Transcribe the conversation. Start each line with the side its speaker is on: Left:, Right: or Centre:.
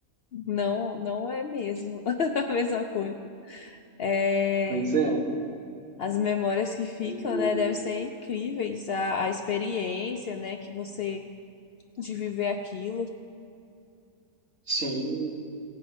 Left: Não, não é mesmo <laughs> a mesma coisa. É,
Right: Pois é.
Left: as memórias que ficam,
Right: o-
Left: né, devem ser incríveis. A, a experiência, né, que você de viver aquilo.
Right: Sim,